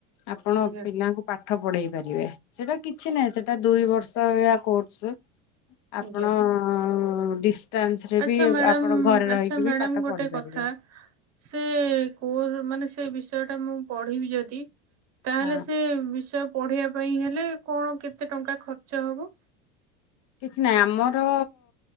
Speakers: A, on the left (about 55°); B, on the right (about 45°).
A: ଆପଣ
B: ଆଜ୍ଞା
A: ପିଲାଙ୍କୁ ପାଠ ପଢେଇ ପାରିବେ ସେଟା କିଛି ନାହିଁ ସେଟା ଦୁଇ ବର୍ଷଆ କୋର୍ସ- ଆପଣ-
B: ଆଜ୍ଞା
A: ଅ ଡିଷ୍ଟାନ୍ସ ରେ
B: ଆଚ୍ଛା
A: ବି
B: ମ୍ୟାଡ଼ାମ
A: ଆପଣ ଘରେ
B: ଆଚ୍ଛା
A: ରହିକି
B: ମ୍ୟାଡ଼ାମ
A: ବି ପାଠ
B: ଗୋଟେ
A: ପଢିପାରିବେ।
B: କଥା ସେ କୋ ମାନେ ସେ ବିଷୟ ଟା ମୁଁ ପଢିବି ଯଦି ତାହେଲେ
A: ହଁ।
B: ସେ ବିଷୟ- ପଢିବା ପାଇଁ ହେଲେ କଣ କେତେ ଟଙ୍କା ଖର୍ଚ୍ଚ ହବ?
A: କିଛି ନାହିଁ ଆମର